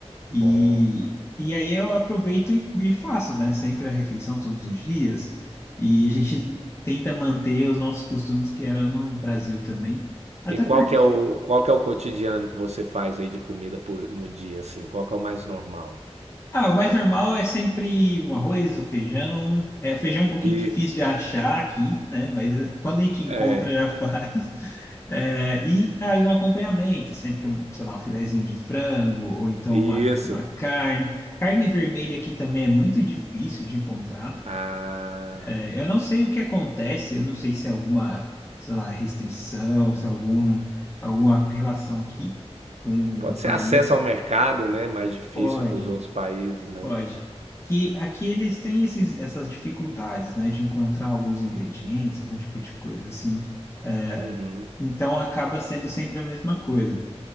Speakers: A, on the right (about 80°); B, on the left (about 25°).
A: bom.
B: E, e aí eu aproveito e, e faço, né? Sempre a refeição todos os dias. E a gente tenta manter os nossos costumes que eram no Brasil também. Até
A: E qual
B: porque,
A: que é o, qual que é o cotidiano que você faz aí de comida por, no dia, assim? Qual que é o mais normal?
B: ah, o mais normal é sempre o arroz, o feijão. É, o feijão é um pouquinho difícil
A: Isso,
B: de achar aqui, né? Mas eh, quando a gente encontra,
A: é,
B: já <laughs> faz. É, e aí um acompanhamento, sempre um, sei lá, um filezinho de frango, ou então
A: isso.
B: uma, uma carne. Carne vermelha aqui também é muito difícil de encontrar.
A: Ah,
B: É, eu não sei o que acontece, eu não sei se é alguma, sei lá, restrição, se é algum, alguma relação aqui com
A: pode
B: o
A: ser
B: país.
A: acesso ao mercado, né? Mais difícil
B: Pode,
A: que os outros países, né?
B: pode. Que aqui eles têm esses, essas dificuldades, né, de encontrar alguns ingredientes, algum tipo de coisa assim. É,
A: Uhum.
B: então acaba sendo sempre a mesma coisa.